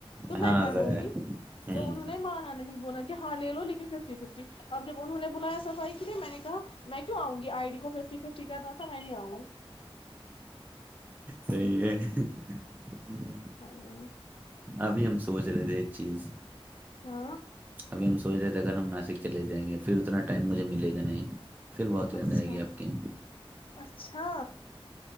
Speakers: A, on the left; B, on the right.
A: تو میں
B: ہاں
A: کروں
B: ضائع
A: گی
B: ہے
A: تو
B: ہوں
A: انہوں
B: ہوں۔
A: نے مانا نہیں بولا کہ ہاں لے لو لیکن ففٹی ففٹی اب جب انہوں نے بلایا صفائی کےے میں نےا میں کیوں آؤ گی آئی ڈی کو ففٹی ففٹی کرنا تھا میں نہیں آؤ گی
B: صی ہے ہوں،
A: ہاں
B: ابھی ہم سوچ رہے تھے ایک چیز
A: ہاں
B: ابھی ہم سوچ رہے تھے اگر ہم ناسک چلے جائیں گے پھر اتنا ٹائم مجھے ملے گا نہیں پھر بہت یاد
A: اچھا
B: آئے گی آپ کی
A: اچھا